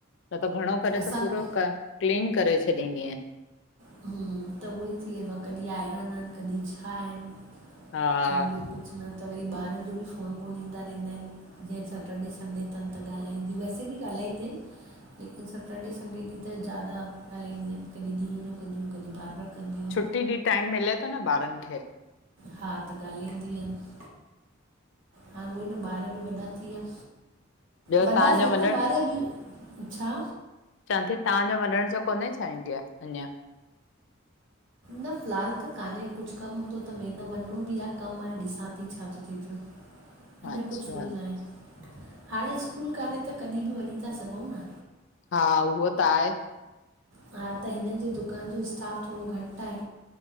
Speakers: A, on the left; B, on the right.
A: न त घणो करे
B: असां
A: त पूरो क क्लीन करे छॾींदीअहियां
B: हूं त उहो ई थी वेंदो आहे कॾहिं आइरन आहिनि कॾहिं छा आहिनि
A: हा
B: कमु ॿियो कुझु न त वरी ॿारनि जो बि फोन वोन ईंदा रहंदा आहिनि जीअंज सैटरडे संडे अथनि त ॻाल्हाईंदी वैसे बि ॻाल्हाईंदिय आहिनि लेकिन सैटरडे संडे ॾींहुं त ज्यादा ॻाल्हाईंदियूं आहिनि कॾहिं ॾींहं जो कंदिय हुूं कॾहिं बार बार कंदियूं
A: ट्टी ॾींहुं टाइम मिले थो न ॿारनि खे
B: हा त ॻाल्हाईंदीयूं आहिनि हा उअई न ॿार बि वॾा थी विया
A: ॿियो
B: वॾा
A: तव्हांजो
B: थियनि
A: वञणु
B: ता ॿार बि छा?
A: चवां थी तव्हांजो वञण जो कोन्हे छा इंडिया हिञर
B: न फ़िलहालु त कान्हे कुझु कमु हूंदो त वेंद वञिणो बि आहे कमु मां ॾिसां थी छा थो थि पियो
A: <inaudible>
B: अञा
A: अच्छा
B: कुझु फुल न आहे हाणे स्कूल कान्हे त कॾहिं बि वञी था सघूं न
A: हा उहो त आहे
B: हा त हिननि जे दुकान जो स्टाफ थोरो घटि आहे